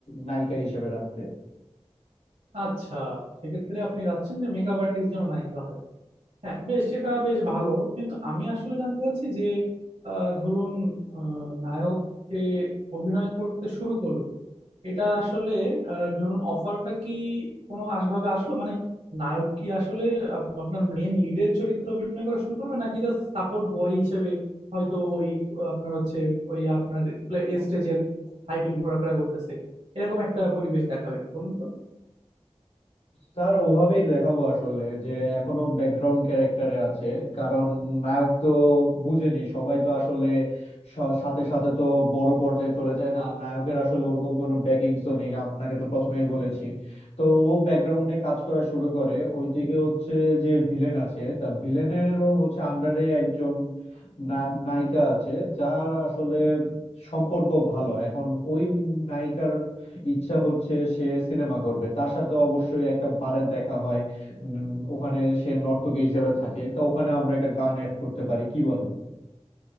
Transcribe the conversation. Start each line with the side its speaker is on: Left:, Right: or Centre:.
Left: নায়িকা হিসেবে রাখতে
Right: আচ্ছা সেক্ষেত্রে আপনি চাচ্ছেন যে মেকআপ আর্টিস্ট যেন নায়িকা হয় হ্যাঁ বেশ এটা বেশ ভালো কিন্তু আমি আসলে জানতে চাচ্ছি যে আহ, ধরুন আহ, নায়ক যে অভিনয় করতে শুরু করলো এটা আসলে আহ, ধরুন অফারটা কি কোনো আসভাবে আসলো মানে নায়ক কি আসলে আপ- আপনার মেন লিডের চরিত্রে অভিনয় করা শুরু করবে নাকি জাস্ট সাপোর্ট বয় হিসেবে হয়তো ওই আহ, আপনার হচ্ছে ওই আপনার স্টেজের সাইডে ঘোরাফেরা করতেছে এরকম একটা পরিবেশ দেখাবেন বলুন তো
Left: স্যার ওভাবেই দেখাবো আসলে যে এখনো ব্যাকগ্রাউন্ড ক্যারেক্টারে আছে কারণ নায়ক তো বুঝেনি সবাই তো আসলে স- সাথে সাথে তো বড় পর্যায়ে চলে যায় না আর নায়কের আসলে ওরকম কোনো ব্যাকিংস তো নেই আপনাকে তো প্রথমেই বলেছি তো ও ব্যাকগ্রাউন্ডে কাজ করা শুরু করে ওইদিকে হচ্ছে যে ভিলেন আছে তা ভিলেনেরও হচ্ছে আন্ডারে একজন না- নায়িকা আছে যার আসলে সম্পর্ক ভালো এখন ওই নায়িকার ইচ্ছা হচ্ছে সে সিনেমা করবে তার সাথে অবশ্যই একটা বারে দেখা হয় উম, ওখানে সে নর্তকী হিসেবে থাকে তো ওখানে আমরা একটা গান অ্যাড করতে পারি কি বলেন